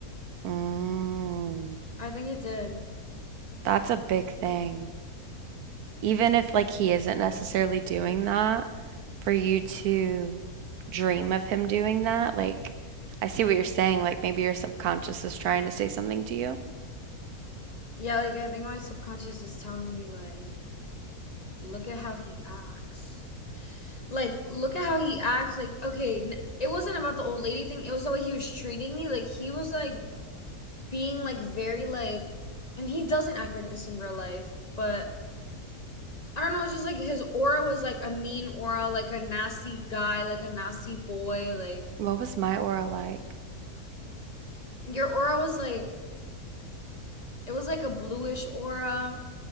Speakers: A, on the right (about 80°); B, on the left (about 30°).
A: Mm,
B: I think it did.
A: that's a big thing. Even if like he isn't necessarily doing that, for you to dream of him doing that, like I see what you're saying. Like maybe your subconscious is trying to say something to you.
B: Yeah, like I think my subconscious is telling me like, look at how he acts. like look at how he acts like okay it wasn't about the old lady thing it was the way he was treating me like he was like being like very like and he doesn't act like this in real life but I don't know it's just like his aura was like a mean aura like a nasty guy like a nasty boy like
A: What was my aura like?
B: your aura was like it was like a bluish aura